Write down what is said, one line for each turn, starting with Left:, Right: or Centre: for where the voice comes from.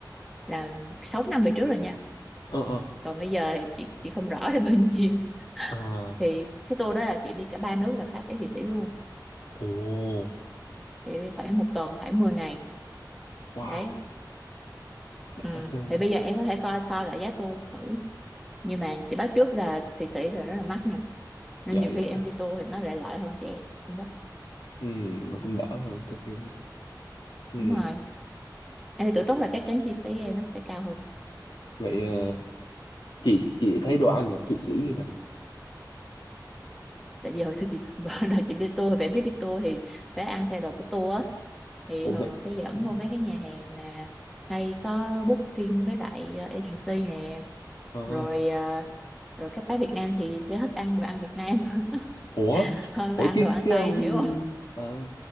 Centre: là sáu năm về trước rồi nha
Left: Ờ, ờ.
Centre: còn bây giờ thì chị chị không rõ là bao nhiêu
Left: À,
Centre: thì cái tour đó là chị đi cả ba nước là Pháp Ý Thụy Sĩ luôn
Left: ồ,
Centre: thì đi khoảng một tuần khoảng 10 ngày
Left: wow,
Centre: đấy
Left: đã
Centre: ừ.
Left: phê.
Centre: thì bây giờ em có thể coi so lại giá tour thử nhưng mà chị báo trước là Thụy Sĩ là rất là mắc nha nên
Left: Dạ,
Centre: nhiều
Left: dạ.
Centre: khi em đi tour thì nó lại lợi hơn cho em đó
Left: Ừ, mà cũng đỡ hơn. các cái, Ừ.
Centre: đúng rồi em thì tự túc là chắc chắn chi phí em nó sẽ cao hơn
Left: Vậy ờ, chị chị thấy đồ ăn là Thụy Sĩ như nào?
Centre: tại vì hồi xưa chị <laughs> bữa đầu chị đi tour thì phải biết đi tour thì phải ăn theo đồ của tour á thì
Left: Ủa
Centre: thường
Left: vậy?
Centre: họ sẽ dẫn
Left: Ừ.
Centre: vô mấy cái nhà hàng mà hay có booking với lại ờ, agency nè
Left: Ờ.
Centre: rồi ờ, rồi các bác Việt Nam thì sẽ thích ăn đồ ăn Việt Nam <laughs>
Left: Ủa?
Centre: hơn
Left: Ủa
Centre: là ăn
Left: chứ
Centre: đồ ăn
Left: chứ
Centre: Tây
Left: không
Centre: em hiểu không
Left: ờ,